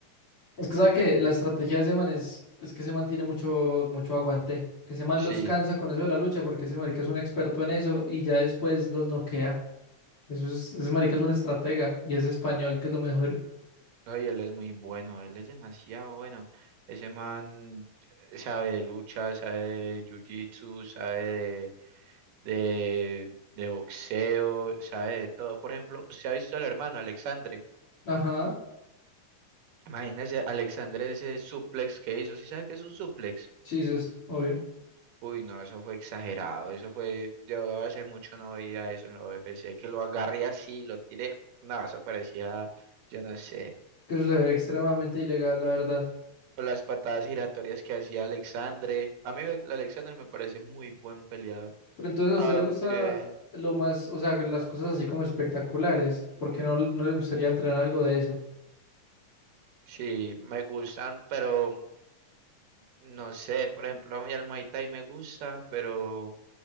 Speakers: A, on the left; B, on the right.
A: Es que sabe que la estrategia de ese man es, es que ese man tiene mucho, mucho aguante. Ese man
B: sí
A: los cansa con eso de la lucha porque ese marica es un experto en eso y ya después los noquea. Eso es, ese marica es un estratega y es español, que es lo mejor.
B: No, y él es muy bueno, él es demasiado bueno. Ese man sabe de lucha, sabe de jiu-jitsu, sabe de, de, de boxeo, sabe de todo. Por ejemplo, ¿usted ha visto al hermano Alexandre?
A: Ajá,
B: Imagínese, Alexandre ese suplex que hizo. ¿Sí sabe qué es un suplex?
A: chistes, obvio.
B: Uy, no, eso fue exagerado. Eso fue, yo hace mucho no veía eso en la UFC, que lo agarré así, lo tiré. No, eso parecía, yo no sé.
A: Que eso se ve extremadamente ilegal, la verdad.
B: O las patadas giratorias que hacía Alexandre. A mí Alexandre me parece muy buen peleador.
A: Pero entonces a
B: Aunque
A: usted le gusta lo más, o sea, las cosas así como espectaculares, porque no, no le gustaría entrenar algo de eso.
B: sí, me gustan, pero no sé. Por ejemplo, a mí el Muay Thai me gusta, pero